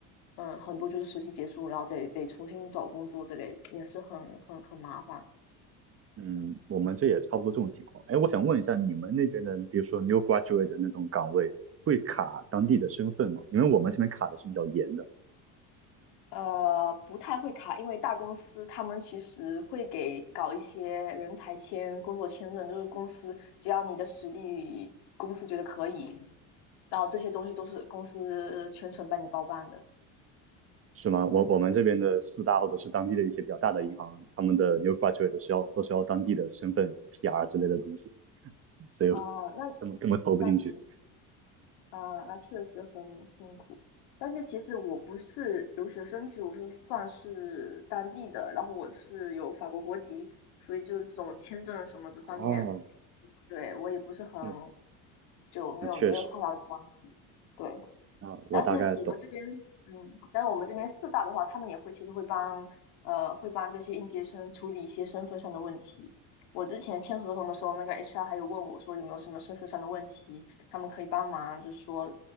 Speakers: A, on the left (about 75°); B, on the right (about 35°).
A: 嗯，很多就是实习结束，然后再得重新找工作，这类也是很很很麻烦。
B: 嗯，我们这也差不多这种情况。哎，我想问一下你们那边的，比如说 new graduate 的那种岗位会卡当地的身份吗？因为我们这边卡的是比较严的。
A: 呃，不太会卡，因为大公司他们其实会给搞一些人才签、工作签证，就是公司只要你的实力，公司觉得可以，然后这些东西都是公司全程帮你包办的。
B: 是吗？我我们这边的四大或者是当地的一些比较大的银行，他们的 new graduate 是要都是要当地的身份和 PR 之类的东西，所以我
A: 哦，那
B: 根本根本投不进去。
A: 那确实啊，那确实很辛苦。但是其实我不是留学生，其实我是算是当地的，然后我是有法国国籍，所以就是这种签证什么这方面，
B: 哦，
A: 对，我也不是很，
B: 那
A: 就没有没有太大的关系。
B: 那确实，
A: 对。
B: 那我大概懂。
A: 但是我们这边，嗯，但是我们这边四大的话，他们也会其实会帮，呃，会帮这些应届生处理一些身份上的问题。我之前签合同的时候，那个 HR 还有问我说有没有什么身份上的问题，他们可以帮忙，就是说，